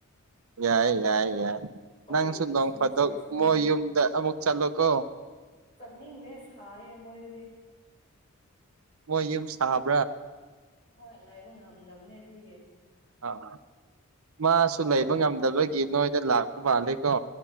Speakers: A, on the right; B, on the left.
A: ꯌꯥꯏ ꯌꯥꯏ ꯌꯥꯏ
B: ꯈ꯭ꯋꯥꯏꯒꯤ
A: ꯅꯪꯁꯨ
B: ꯄꯨꯟꯁꯤꯁꯦ
A: ꯅꯣꯡ ꯐꯥꯗꯣꯛ
B: ꯑꯁꯤꯅꯦ
A: ꯃꯣꯏ ꯌꯨꯝꯗ ꯑꯃꯨꯛ ꯆꯠꯂꯣꯀꯣ
B: ꯆꯠꯅꯤꯡꯗꯦ ꯁꯥꯏꯌꯦ ꯃꯣꯏꯗꯗꯤ
A: ꯃꫭꯏ ꯌꯨꯝ ꯁꯥꯕ
B: ꯍꯣꯏ ꯂꯥꯩꯕ ꯉꯝꯗꯕꯅꯦ ꯑꯗꯨꯏꯒꯤ
A: ꯑꯥ ꯃꯥꯁꯨ
B: ꯈ꯭ꯋꯥꯏꯗ
A: ꯂꯩꯕ
B: ꯂꯥꯛꯄ
A: ꯉꯝꯗꯕꯒꯤ
B: ꯃꯥꯜꯂꯦ
A: ꯅꯣꯏꯗ ꯂꯥꯛꯄ ꯃꯥꯜꯂꯦꯀꯣ